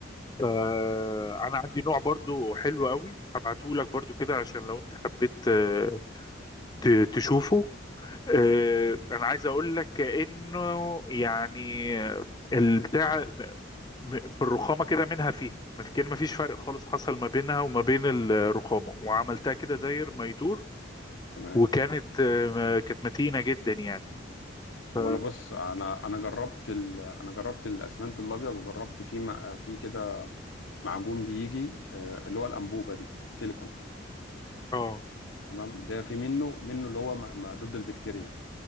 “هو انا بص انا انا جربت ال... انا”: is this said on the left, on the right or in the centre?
Left